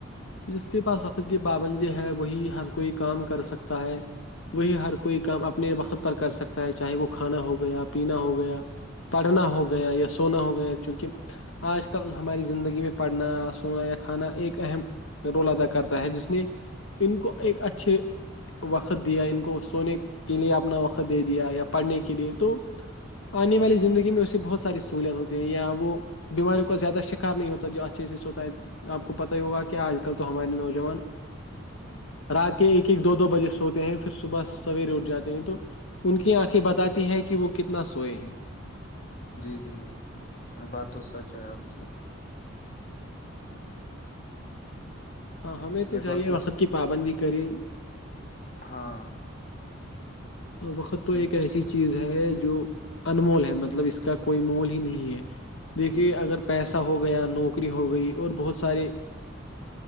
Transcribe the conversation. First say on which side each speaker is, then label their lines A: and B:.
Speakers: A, on the left (about 70°); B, on the left (about 40°).
A: جس کے پاس وقت کی پابندی ہے وہی ہر کوئی کام کر سکتا ہے وہی ہر کوئی کام اپنے وقت پر کر سکتا ہے چاہے وہ کھانا ہو گیا پینا ہو گیا پڑھنا ہو گیا یا سونا ہو گیا چونکہ آج کل ہماری زندگی میں پڑھنا سونا یا کھانا ایک اہم رول ادا کرتا ہے جس نے ان کو ایک اچھے <unintelligible> وقت دیا ان کو سونے کے لیے اپنا وقت دے دیا یا پڑھنے کے لیے تو آنے والی زندگی میں اسے بہت ساری سہوولت ہوتی ہے یا وہ بیماریوں کا زیادہ شکار نہیں ہوتا جو اچھیز سے سے ہوتا ہے آپ کو پتتا ہی ہوگا <unintelligible> کیا آج کل تو ہمارے نوجوان رات کے ایک ایک دو دو بجے سوتے ہیں پھر صبح سویرے اٹھ جاتے ہیں تو ان کی آنکھیں بتاتی ہے کہ وہ کتنا سوئے ہیں
B: جی جی بات تو سچ ہے آپ کی
A: ہاں ہمیں تو
B: یہ
A: چاہیے
B: بات س-
A: وقت کی پابندی کری
B: ہاں
A: وقت تو
B: دیکھ
A: ایک ایسی چیز ہے جو انمول ہے مطلب اس کا کوئی مول ہی نہیں ہے دیکھیے
B: جی
A: اگر پیسہ ہو گیا نوکری ہو گئی اور بہت سارے